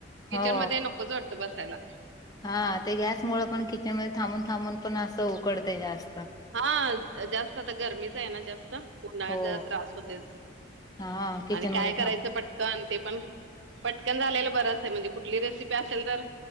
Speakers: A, on the right; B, on the left.
A: किचन
B: हो
A: मध्ये नकोच वाटतं बसायला.
B: हा ते गॅस मुळ पण किचनमध्ये थांबून थांबून पण असं उकडते जास्त.
A: हा, जास्त आता गरमीच आहे ना जास्त पुन्हाळ
B: हो
A: ज त्रास होतेय.
B: हा किचन
A: आणि काय
B: मध्ये
A: करायचं
B: थांब
A: पटकनं ते पण! पटकन झालेलं बरंच आहे, म्हणजे कुठली रेसिपी असेल तर!